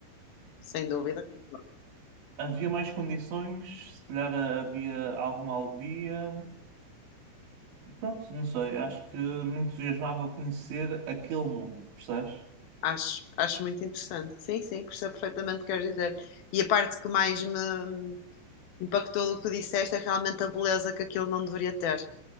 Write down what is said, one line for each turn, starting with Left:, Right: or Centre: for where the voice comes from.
Left: sem dúvida, concordo.
Right: Havia mais condições, se calhar ah, havia alguma alegria, Pronto, não sei, acho que me entusiasmava conhecer aquele mundo, percebes?
Left: acho, acho muito interessante. Sim, sim, percebo perfeitamente o que queres dizer. E a parte que mais me impactou do que tu disseste é realmente a beleza que aquilo não deveria ter,